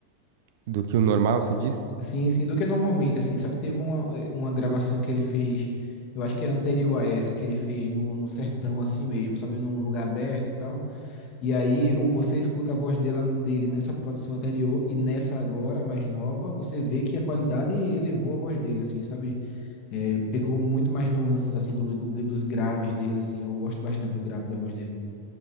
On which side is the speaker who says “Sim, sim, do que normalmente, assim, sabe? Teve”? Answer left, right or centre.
Left